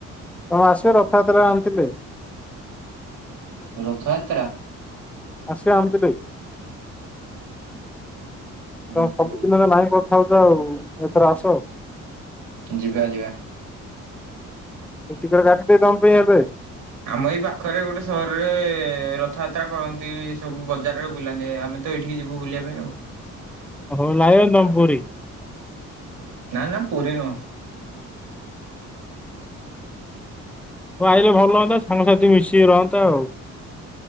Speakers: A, in the centre; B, on the right.
A: ତମେ ଆସିବ ରଥଯାତ୍ରା ଆମଥିଲେ।
B: ରଥଯାତ୍ରା।
A: ଆସିବା ଆମ ଥିରେ
B: ଉଁ
A: ତ ସବୁ
B: ହଉ
A: ସବୁ ଥରେ ନାହିଁ କଥା ହଉଚ ଆଉ ଏଥର ଆସ ଆଉ
B: ଯିବା ଯିବା।
A: ଟିକେଟ କାଟି ଦେବି ତମ ପାଇଁ ଏବେ।
B: ଆମ ଏଇ ପାଖରେ ଗୋଟେ ସହରରେ ରଥଯାତ୍ରା କରନ୍ତି ସବୁ ବଜାରରେ ବୁଲାନ୍ତି ଆମେ ତ ଏଠିକି ଯିବୁ ବୁଲିବା ପାଇଁ ଆଉ।
A: ହଉ ଲାଏ <unintelligible> ପୁରି।
B: ନା ନା ପୁରୀ ନୁହଁ।
A: ତୁ ଆଇଲେ ଭଲ ହୁଅନ୍ତା ସାଙ୍ଗସାଥି ମିଶିକି ରହନ୍ତା ଆଉ।